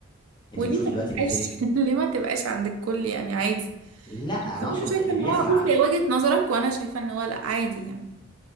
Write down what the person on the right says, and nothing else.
وليه
ما
تبقاش
<laughs> ليه ما تبقاش عند الكل يعني عادي
بس انا
شايفه
ان
هو بصي هي وجهه نظرك وانا شايفه ان هو لا عادي يعني